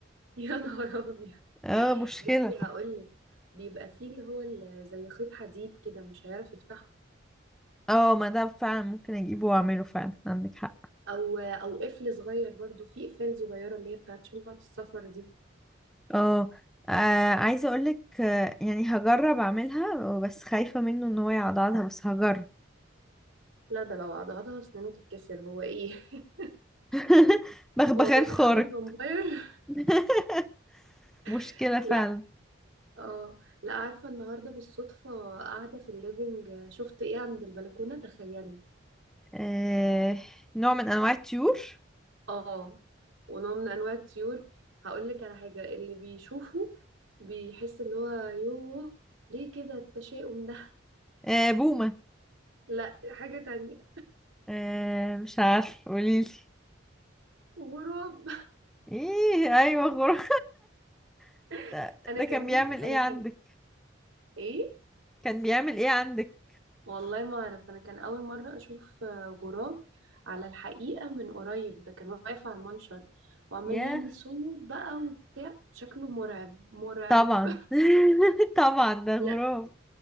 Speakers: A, on the right; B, in the centre.
A: يا نهار ابيض
B: اه مشكلة
A: بصي هقول لك بيبقى فيه اللي هو ال- زي خيط حديد كده مش هيعرف يفتحه
B: اه ما ده فعلا ممكن اجيبه واعمله فعلا عندك حق
A: او او قفل صغير برضو في قفل صغيره اللي هي بتاعت شنطه السفر دي
B: اه آه، عايزه اقولك آه، يعني هجرب اعملها بس خايفه منه ان هو يعضعضها بس هجرب
A: لا ده لو عضعضها سنانه تتكسر هو ايه <laughs>
B: <laughs> بغبغان
A: هو بيتحول
B: خارق
A: فامباير
B: <laughs> مشكلة
A: <laughs> لا
B: فعلا
A: اه لا عارفة النهاردة بالصدفة قاعدة في الليفينج شفت ايه عند البلكونة تخيلي
B: آه... نوع من أنواع الطيور
A: اه ونوع من انواع الطيور هقول لك على حاجة اللي بيشوفه بيحس اللي هو يوه ليه كده التشاؤم ده
B: آه... بومة
A: لا حاجة تانية
B: آه... مش عارف قوليلي
A: غراب
B: ايه ايوه غراب <laughs> ده,
A: <laughs> انا
B: ده
A: كان
B: كان
A: ممكن
B: بيعمل ايه
A: انا
B: عندك
A: كان ايه
B: كان بيعمل ايه عندك
A: والله ما اعرف انا كان اول مره اشوف آه، غراب على الحقيقه من قريب ده كان واقف على المنشر وعمال
B: ياه
A: يعمل صوت بقى وبتاع شكله مرعب مرعب
B: طبعا <laughs> طبعا ده غراب
A: لا